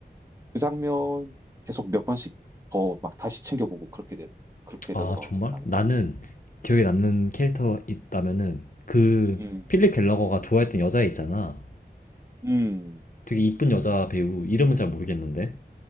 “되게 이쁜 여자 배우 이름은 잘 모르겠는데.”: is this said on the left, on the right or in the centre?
Left